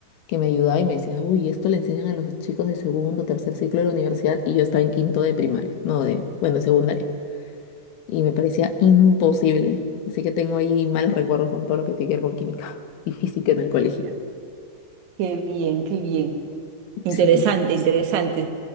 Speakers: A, on the left; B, on the right.
A: que me ayudaba y me decía, uy, esto le enseñan a los chicos de segundo, tercer ciclo de la universidad y yo estaba en quinto de primaria, no de, bueno, de secundaria. Y me parecía imposible. Así que tengo ahí malos recuerdos con todo lo que tiene que ver con química <laughs> y física en el colegio.
B: Mira, qué bien, qué bien. Interesante,
A: Sí,
B: interesante,